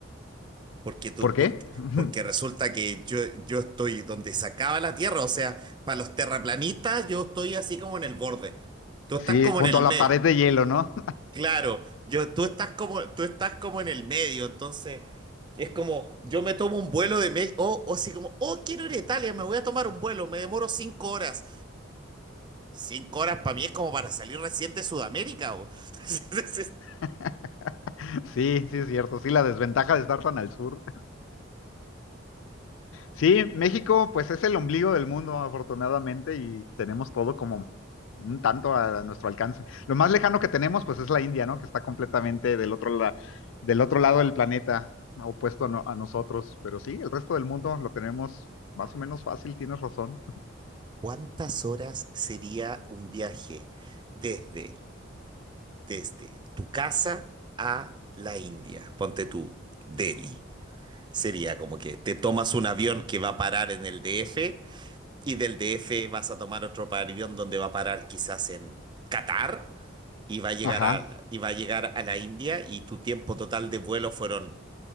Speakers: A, on the right; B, on the left.
A: Porque, tú,
B: ¿por qué?
A: porque,
B: <laughs>
A: porque resulta que yo, yo estoy donde se acaba la Tierra, o sea, para los terraplanistas yo estoy así como en el borde. Tú estás
B: Sí,
A: como
B: junto
A: en el
B: a la
A: medio.
B: pared de hielo, ¿no?
A: Claro, yo, tú estás como, tú estás como en el medio, entonces es como, yo me tomo un vuelo de México, o, o así como, oh, quiero ir a Italia, me voy a tomar un vuelo, me demoro cinco horas. Cinco horas para mí es como para salir recién de Sudamérica. ¿o? <laughs>
B: <laughs> Sí, sí es cierto, sí, la desventaja de estar tan al sur. Sí, México pues es el ombligo del mundo, afortunadamente, y tenemos todo como un tanto a nuestro alcance. Lo más lejano que tenemos pues es la India, ¿no? Que está completamente del otro, la- del otro lado del planeta, opuesto a, no- a nosotros, pero sí, el resto del mundo lo tenemos más o menos fácil, tienes razón.
A: ¿Cuántas horas sería un viaje desde, desde tu casa a la India? Ponte tú, Delhi. Sería como que te tomas un avión que va a parar en el DF Y del DF vas a tomar otro avión donde va a parar quizás en Qatar y va a llegar
B: Ajá.
A: a, y va a llegar a la India y tu tiempo total de vuelo fueron